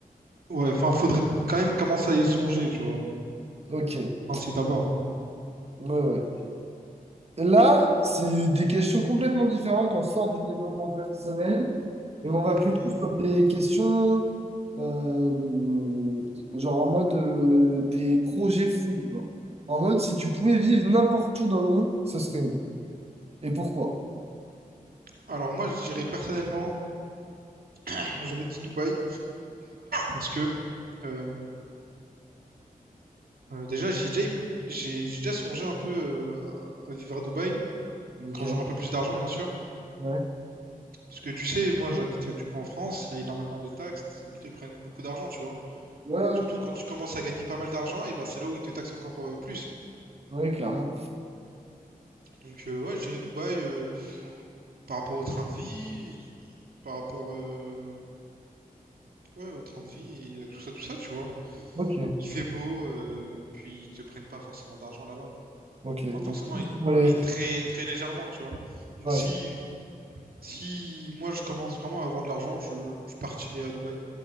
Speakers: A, on the right (about 75°); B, on the right (about 40°).
A: Ouais, enfin, faudrait quand même commencer à y songer, tu vois.
B: Ok, ouais,
A: Enfin, si t'as pas.
B: ouais. Là, c'est des questions complètement différentes. On sort du développement personnel et on va
A: Mhm.
B: plutôt sur des questions euh, genre en mode euh, des projets fous. genre. En mode, si tu pouvais vivre n'importe où dans le monde, ce serait où? Et pourquoi?
A: Alors, moi, je dirais personnellement, <clears throat> j'aurais dit Dubaï, parce que euh, euh, déjà, j'ai déjà, j'ai j'ai déjà songé un peu euh, à vivre à Dubaï,
B: Ok.
A: quand j'aurai un peu plus d'argent, bien sûr.
B: Ouais.
A: Parce que tu sais, moi, j'habite euh, du coup en France, il y a énormément de taxes, ils te prennent beaucoup d'argent, tu vois.
B: Ouais, ouais,
A: Surtout quand tu commences à gagner pas mal d'argent, et ben c'est là où ils te taxent encore euh, plus.
B: Ouais, clairement.
A: Donc euh, ouais, je dirais Dubaï euh, par rapport au train de vie, par rapport euh, ouais, au train de vie et à tout ça, tout ça, tu vois.
B: Ok.
A: Il fait beau, euh, et puis ils te prennent pas forcément d'argent là-bas.
B: Ok.
A: Enfin
B: Donc,
A: forcément, ils-
B: plus pour les-
A: mais très très légèrement, tu vois. Donc
B: ouais.
A: si si moi je commence vraiment à avoir de l'argent, je, je partirai à Dubaï,